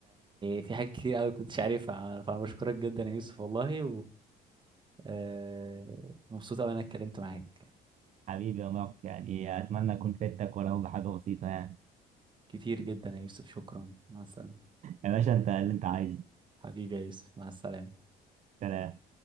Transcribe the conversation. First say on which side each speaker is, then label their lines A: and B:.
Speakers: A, on the right (about 30°); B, on the right (about 45°).
A: في حاجات كتير قوي كنتش عارفها فانا بشكرك جدا يا يوسف والله آه، مبسوط أوي إن أنا اتكلمت معاك
B: حبيبي يا مارك يعني اتمنى اكون فدتك ولو بحاجه بسيطه يعني
A: كتير جدا يا يوسف شكرا مع السلامة
B: يا باشا انت اللي انت عايزه
A: حبيبي يا يوسف مع السلامة
B: سلام